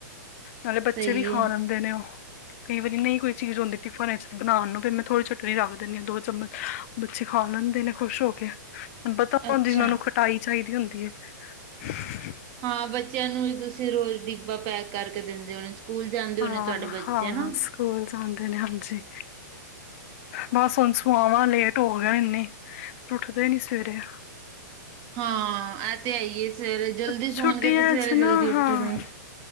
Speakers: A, on the left; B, on the right.
A: ਨਾਲੇ ਬੱਚੇ
B: ਸਹੀ
A: ਵੀ ਖਾ
B: ਹੈ
A: ਲੈਂਦੇ ਨੇ ਉਹ। ਕਈ ਵਾਰੀ ਨਹੀਂ ਕੋਈ ਚੀਜ਼ ਹੁੰਦੀ ਟਿਫਨ ਵਿੱਚ ਬਣਾਉਣ ਨੂੰ ਫਿਰ ਮੈਂ ਥੋੜ੍ਹੀ ਚਟਨੀ ਰੱਖ ਦਿੰਦੀ ਹਾਂ ਦੋ ਚਮਚ। ਬੱਚੇ ਖਾ ਲੈਂਦੇ ਨੇ ਖੁਸ਼ ਹੋ ਕੇ ਤੈਨੂੰ ਪਤਾ
B: ਅੱਛਾ
A: ਇਹਨਾਂ ਨੂੰ ਖਟਾਈ ਚਾਹੀਦੀ ਹੁੰਦੀ ਹੈ। ਹੂੰ।
B: ਹਾਂ ਬੱਚਿਆਂ ਨੂੰ ਵੀ ਤੁਸੀਂ ਰੋਜ਼ ਡੀਬਾ ਪੈਕ ਕਰਕੇ ਦਿੰਦੇ ਹੋਣੇ। ਸਕੂਲ ਜਾਂਦੇ
A: ਹਾਂ
B: ਹੋਣੇ ਤੁਹਾਡੇ ਬੱਚੇ
A: ਹਾਂ
B: ਹਨਾ।
A: ਸਕੂਲ ਜਾਂਦੇ ਨੇ ਹਾਂਜੀ। ਬਸ ਹੁਣ ਸੁਆਵਾਂ ਲੇਟ ਹੋ ਰਹੇ ਆਂ ਇੰਨੇ ਫੇਰ ਉੱਠਦੇ ਨੀ ਸਵੇਰੇ।
B: ਹਾਂ ਇਹ ਤੇ ਆਈਏ ਸਵੇਰੇ ਜਲਦੀ
A: ਛੁੱਟੀਆਂ
B: ਸੌਣਗੇ ਤੇ ਸਵੇਰੇ
A: ਚ
B: ਜਲਦੀ
A: ਨਾ
B: ਉੱਠਣਗੇ।
A: ਹਾਂ